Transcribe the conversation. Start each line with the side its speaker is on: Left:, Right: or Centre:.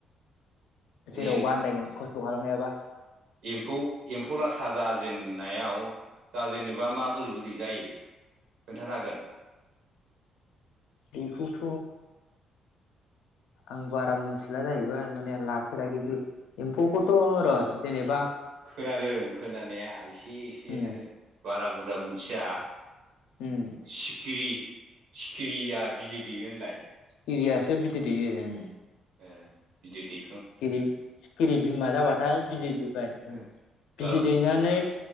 Right: बे
Left: जेरावबो आनदयगोन खस थ खालामनो हायाबा।
Right: एम्फौ एम्फौ लाथा जाजेननायाव दा जेनेबा मा बोरै बोरै जायो खोन्थानो हागोन?
Left: बेखौथ' आं बारा मोनथिला जाहैबाय माने लाब फेराखैबो
Right: उम
Left: एम्फौखौथ'
Right: आंबो
Left: र' जेनेबा
Right: खोनादों खोनानाया एसे एसे
Left: उम
Right: आरो बारा बुरजा मोनथिया
Left: उम
Right: सिखिरि सिखिरिया बिदै दैयो होनलाय?
Left: खिरियासो बिदै दैयो ओं
Right: ए बिदि दै
Left: सिखिरि सिखिरि बिमा जाबाथाय बिजि दैबाय उम
Right: औ
Left: बिजि
Right: औ
Left: दैनानै